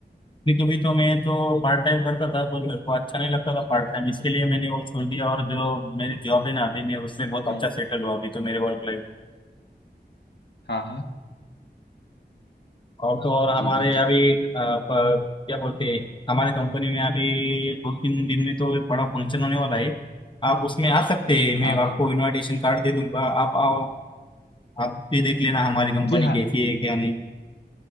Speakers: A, on the left; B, on the left.
A: नहीं कभी तो मैं तो पार्ट टाइम करता था पर मेरे को अच्छा नहीं लगता था पार्ट टाइम इसके लिए मैंने वो छोड़ दिया और जो मेरी जॉब है ना अभी मैं उसमें बहुत
B: हम्म
A: अच्छा सेटल हुआ अभी तो मेरे वर्क लाइफ
B: हाँ हाँ
A: और तो और हमारे
B: जी जी जी
A: अभी अ, प- क्या बोलते हैं हमारे कंपनी में अभी दो तीन दिन में तो बड़ा फंक्शन होने वाला है आप उसमें आ सकते हैं मैं
B: हाँ हाँ
A: आपको इनविटेशन कार्ड दे दूंगा आप आओ आप भी देख लेना हमारी कंपनी
B: जी हाँ
A: कैसी है क्या नहीं